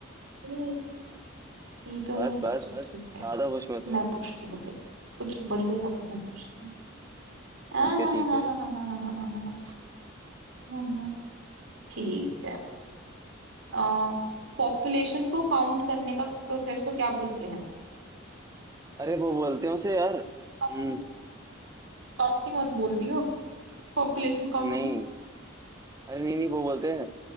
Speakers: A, on the right; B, on the right.
A: ये-
B: हाँ
A: यही तो
B: बस
A: है
B: बस
A: चल
B: बस
A: ठीक है
B: ज्यादा खुश मत हो
A: मैं पूछती हूँ तेरे कुछ बढ़िया सा क्वेश्चन पूछती हूँ <laughs> हाँ
B: ठीक
A: हाँ
B: है ठीक
A: हाँ
B: है
A: हाँ हाँ हाँ हाँ हाँ हाँ, हाँ, हाँ, ठीक है आ, पॉपुलेशन को काउंट करने का प्रोसेस को क्या बोलते हैं
B: अरे वो बोलते हैं उसे यार हम्म,
A: काउंटिंग काउंटिंग मत बोल दियो पॉपुलेशन
B: नहीं
A: काउंटिंग
B: अरे नहीं नहीं वो बोलते हैं